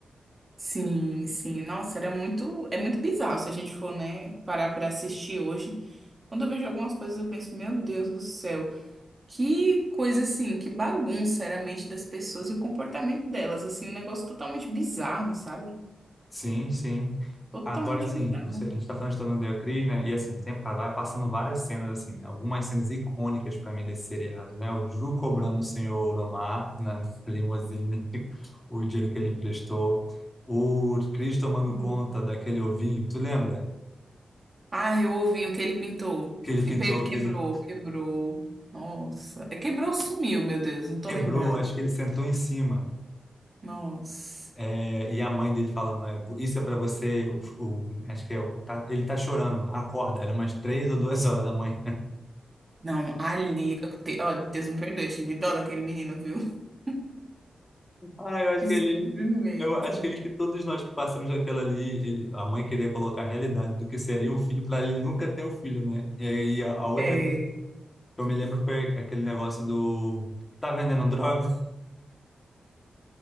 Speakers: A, on the right (about 25°); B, on the left (about 20°).
A: sim, sim. Nossa, era muito, é muito bizarro se a gente for, né, parar para assistir hoje. Quando eu vejo algumas coisas, eu penso, meu Deus do céu, que coisa assim, que bagunça era a mente das pessoas e o comportamento delas, assim, um negócio totalmente bizarro, sabe?
B: Sim, sim.
A: Totalmente
B: Agora, assim,
A: bizarro.
B: você- a gente está falando de Todo Mundo Odeia o né? E, assim, tem, tá, vai passando várias cenas, assim, né? Algumas cenas icônicas para mim desse seriado, né? O Drew cobrando o senhor Omar na limousine, <laughs> o dinheiro que ele emprestou. O Chris tomando
A: Hum.
B: conta daquele ovinho, tu lembra?
A: Ai, o ovinho que ele pintou
B: Que ele pintou,
A: e pe- quebrou,
B: que ele
A: quebrou. Nossa, É, quebrou, sumiu, meu Deus, não tô
B: quebrou,
A: lembrada.
B: acho que ele sentou em cima.
A: Nossa.
B: É, e a mãe dele falando, é, isso é para você, o, o- acho que é, o- tá- ele tá chorando, acorda, era umas três ou duas horas da manhã.
A: Não, ali. eu te- Ó, Deus me perdoe, eu tive dó daquele menino, viu? <laughs>
B: Ah, eu acho
A: Que
B: que
A: sofrimento.
B: ele, eu acho que ele que todos nós que passamos daquela ali, ele- a mãe queria colocar a realidade do que seria um filho para ele nunca ter um filho, né? E aí a, a outra
A: É,
B: coisa que eu me lembro foi aquele negócio do tá vendendo droga? <laughs>